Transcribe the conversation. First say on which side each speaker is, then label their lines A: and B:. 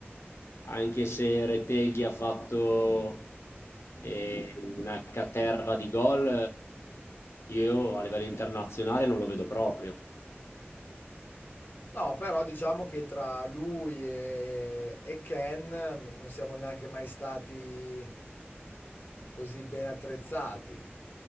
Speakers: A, on the left; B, on the left.
A: anche se Reteghi ha fatto eh, una caterva di gol, eh, io a livello internazionale non lo vedo proprio.
B: No, però diciamo che tra lui e, e Ken n- non siamo neanche mai stati così ben attrezzati.